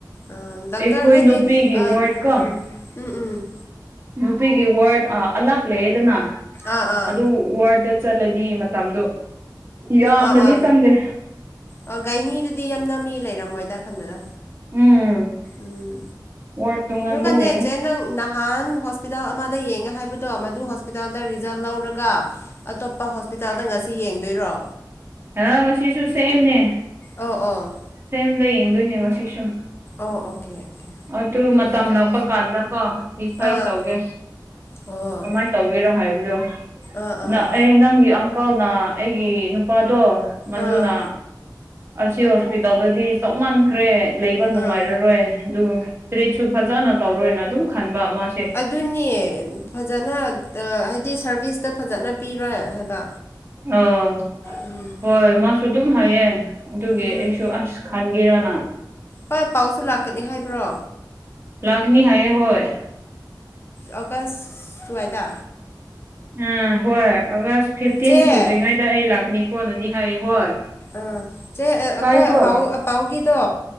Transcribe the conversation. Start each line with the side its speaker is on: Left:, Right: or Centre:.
Left: ꯑꯥ ꯗꯥꯛꯇꯔ
Right: ꯑꯩꯈꯣꯏ
Left: ꯍꯥꯏꯗꯤ
Right: ꯅꯨꯄꯤꯒꯤ
Left: ꯑꯥ
Right: ꯋꯥꯔꯗꯀ
Left: ꯎꯝ ꯎꯝ ꯎꯝ
Right: ꯅꯨꯄꯤꯒꯤ ꯋꯥꯔꯗ ꯑꯂꯥꯛ ꯂꯩꯌꯦꯗꯅ
Left: ꯑꯥ ꯑꯥ
Right: ꯑꯗꯨ ꯋꯥꯔꯗ ꯆꯠꯂꯗꯤ ꯃꯇꯝꯗꯣ ꯌꯥꯝꯅꯗꯤ
Left: ꯑꯥ ꯑꯥ
Right: ꯆꯪꯗꯦ
Left: ꯑꯥ ꯒꯥꯥꯏꯅꯤꯗꯨꯗꯤ ꯌꯥꯝꯅ ꯃꯤ ꯂꯩꯔꯝꯃꯣꯏꯗ ꯈꯟꯕꯗ
Right: ꯎꯝ
Left: ꯎꯝ
Right: ꯋꯥꯔꯗ ꯇꯣꯉꯥꯟꯕ
Left: ꯅ ꯀ
Right: ꯂꯩꯌꯦ
Left: ꯆꯟꯅ ꯅꯍꯥꯟ ꯍꯣꯁꯄꯤꯇꯥꯜ ꯑꯃꯗ ꯌꯦꯡꯉꯦ ꯍꯥꯏꯕꯗꯣ ꯃꯗꯨ ꯍꯣꯁꯄꯤꯇꯥꯜꯗ ꯔꯤꯖꯜ ꯂꯧꯔꯒ ꯑꯇꯣꯞꯄ ꯍꯣꯁꯄꯤꯇꯥꯜꯗ ꯉꯁꯤ ꯌꯦꯡꯗꯣꯏꯔꯣ
Right: ꯑ ꯉꯁꯤꯁꯨ ꯁꯦꯝꯅꯦ
Left: ꯑꯣ ꯑꯣ
Right: ꯁꯦꯝꯗ ꯌꯦꯡꯗꯣꯏꯅꯦ ꯉꯁꯤꯁꯨ
Left: ꯑꯣ ꯑꯣꯀꯦ ꯑꯣꯀꯦ
Right: ꯑꯗꯨ ꯃꯇꯝ ꯂꯥꯛꯄ ꯀꯥꯟꯗꯀꯣ ꯁꯥꯏ
Left: ꯑꯥ
Right: ꯇꯧꯒꯦ
Left: ꯑꯣ
Right: ꯀꯃꯥꯏꯅ ꯇꯧꯒꯦꯔꯣ ꯍꯥꯏꯕꯗꯣ
Left: ꯑꯥ ꯑꯥ
Right: ꯅ ꯑꯩ ꯅꯪꯒꯤ ꯑꯀꯥꯎꯅ ꯑꯩꯒꯤ ꯅꯨꯄꯥꯗꯣ ꯃꯗꯨꯅ
Left: ꯑꯥ
Right: ꯑꯁꯤ ꯍꯣꯁꯄꯤꯇꯥꯜꯗꯗꯤ ꯆꯞ ꯃꯥꯟꯈ꯭ꯔꯦ ꯂꯩꯕ ꯅꯨꯡꯉꯥꯏꯔꯔꯣꯏ
Left: ꯑꯥ
Right: ꯑꯗꯨ ꯇ꯭ꯔꯤꯠꯁꯨ ꯐꯖꯅ ꯇꯧꯔꯣꯏꯅ ꯑꯗꯨꯝ ꯈꯟꯕ ꯑꯃ
Left: ꯑꯗꯨꯅꯦ ꯐꯖꯅ ꯍꯥꯏꯗꯤ ꯁꯥꯔꯚꯤꯁꯇ ꯐꯖꯅ ꯄꯤꯔꯣꯏ ꯍꯥꯏꯕ
Right: ꯑꯥ
Left: ꯎꯝ
Right: ꯍꯣꯏ ꯃꯥꯁꯨ ꯑꯗꯨꯝ ꯍꯥꯏꯌꯦ ꯑꯗꯨꯒꯤ
Left: ꯎꯝ
Right: ꯑꯩꯁꯨ ꯑꯁ ꯈꯟꯒꯔꯅ
Left: ꯍꯣꯏ ꯄꯥꯎꯁꯨ ꯂꯥꯛꯀꯅꯤ ꯍꯥꯏꯕ꯭ꯔꯣ
Right: ꯂꯒꯅꯤ ꯍꯥꯏꯌꯦ ꯍꯣꯏ
Left: ꯑꯣꯒꯁ ꯆꯋꯥꯏꯦꯗꯥ
Right: ꯑꯝ ꯍꯣꯏ ꯑꯥꯒꯁ ꯐꯤꯐꯇꯤꯟ
Left: ꯆꯦ
Right: ꯁꯨꯗ꯭ꯔꯤꯉꯩꯗ ꯑꯩ ꯂꯥꯛꯀꯅꯤꯀꯣꯅꯗꯤ ꯍꯥꯏ ꯍꯣꯏ
Left: ꯑꯥ ꯁꯦ ꯑꯩꯈꯣꯏ
Right: ꯇꯥꯏꯀꯣ
Left: ꯄꯥꯎ ꯄꯥꯎꯒꯤꯗꯣ